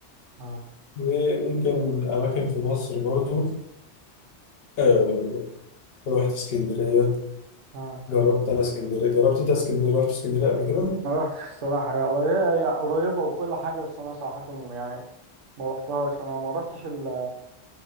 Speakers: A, on the right; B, on the left.
A: اه
B: وممكن أماكن في مصر برضو آه، رحت اسكندرية
A: اه
B: جربت أنا اسكندرية جربت أنت اسكندرية رحت اسكندرية قبل كده؟
A: ما رحتش الصراحة هي قريبة هي قريبة وكل حاجة بس أنا صراحة يعني ما رحتهاش أنا ما رحتش ال...